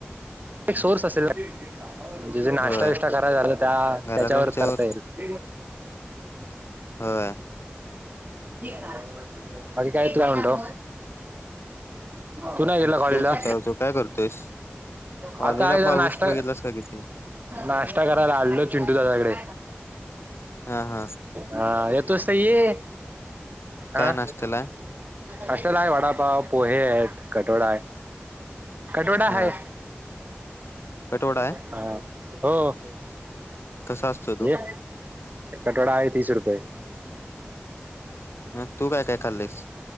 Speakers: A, on the right; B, on the left.
A: <inaudible> म्हणजे जे नाश्ता
B: होय
A: बिष्टा कराय झालं, तर त्या
B: घरातल्यांच्यावर
A: त्याच्यावरच करता येईल. <inaudible>
B: होय
A: हां, बाकी काय तू आ मंतो? तू नाही गेला
B: मी
A: कॉलेज
B: तेच
A: ला?
B: विचारतो काय करतोयस कॉलेजला
A: आता आहे जरा
B: पाऊस
A: नाश्ता,
B: बघितलास का किती
A: नाश्ता करायला आलेलो चिंटू दादाकडे.
B: हा हा
A: हां, येतोस त ये.
B: काय
A: हां.
B: नाश्त्याला आहे?
A: कटोडाय, वडापाव, पोहे एत, कठोडा आय, कठोडा
B: हा
A: हाय.
B: कटवडा आहे
A: हां, हो.
B: कसा असतो तो
A: ये, कटवडा आय तीस रुपये.
B: अं, तू काय काय खाल्लेस